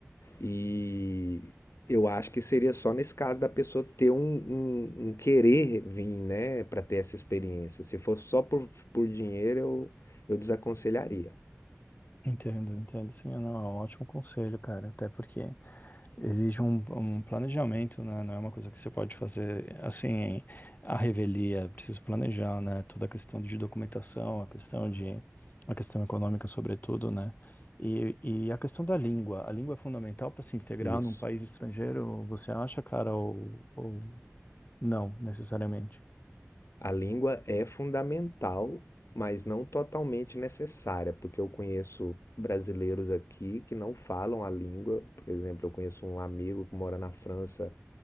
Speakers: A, on the left; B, on the left.
A: E eu acho que seria só nesse caso da pessoa ter um, um, um querer vir, né, para ter essa experiência. Se for só por, por dinheiro, eu, eu desaconselharia
B: Entendo, entendo. Sim, não, é um ótimo conselho, cara. Até porque exige um, um planejamento, né? Não é uma coisa que você pode fazer assim, à revelia. É Preciso planejar, né? Toda a questão de documentação, a questão de, a questão econômica, sobretudo, né? E, e a questão da língua. A língua é fundamental para se integrar
A: isso.
B: num país estrangeiro, você acha, cara, ou, ou não, necessariamente?
A: A língua é fundamental, mas não totalmente necessária, porque eu conheço brasileiros aqui que não falam a língua. Por exemplo, eu conheço um amigo que mora na França